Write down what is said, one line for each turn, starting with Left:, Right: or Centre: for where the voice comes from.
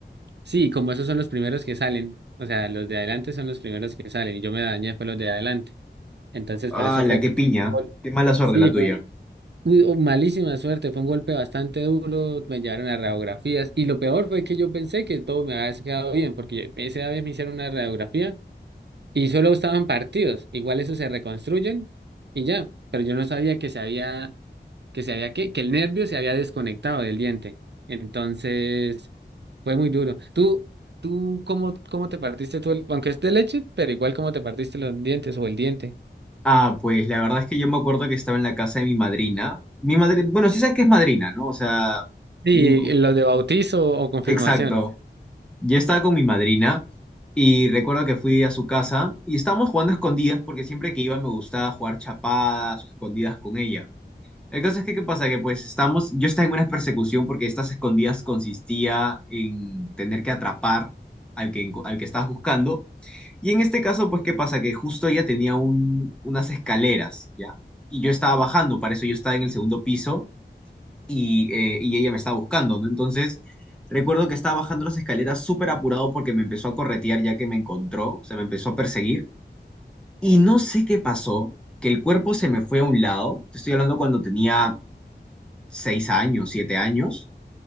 Right: sí, como esos son los primeros que salen, o sea, los de adelante son los primeros que salen, y yo me dañé fue los de adelante. Entonces,
Centre: Ah,
Right: por eso
Centre: la
Right: fue
Centre: qué
Right: que
Centre: piña.
Right: fue un gol.
Centre: Qué mala suerte
Right: Sí,
Centre: la tuya.
Right: fue muy- oh, malísima suerte, fue un golpe bastante duro, me llevaron a radiografías y lo peor fue que yo pensé que todo me había quedado bien, porque esa vez me hicieron una radiografía y solo estaban partidos, igual eso se reconstruyen y ya, pero yo no sabía que se había, que se había, que, que el nervio se había desconectado del diente. Entonces, fue muy duro. ¿Tú, tú cómo, cómo te partiste tú, el- aunque es de leche, pero igual cómo te partiste los dientes o el diente?
Centre: Ah, pues la verdad es que yo me acuerdo que estaba en la casa de mi madrina. Mi madrina... Bueno, sí sabes que es madrina, ¿no? O sea...
Right: Sí,
Centre: un-
Right: lo de bautizo o confirmación.
Centre: Exacto. Yo estaba con mi madrina y recuerdo que fui a su casa y estábamos jugando a escondidas porque siempre que iba me gustaba jugar chapadas o escondidas con ella. El caso es que, ¿qué pasa? Que pues estamos, yo estaba en una persecución porque estas escondidas consistía en tener que atrapar al que, enco- al que estabas buscando. Y en este caso, pues, ¿qué pasa? Que justo ella tenía un- unas escaleras, ¿ya? Y yo estaba bajando, para eso yo estaba en el segundo piso y, eh, y ella me estaba buscando, ¿no? Entonces, recuerdo que estaba bajando las escaleras súper apurado porque me empezó a corretear ya que me encontró, o sea, me empezó a perseguir. Y no sé qué pasó, que el cuerpo se me fue a un lado. Te estoy hablando cuando tenía seis años, siete años,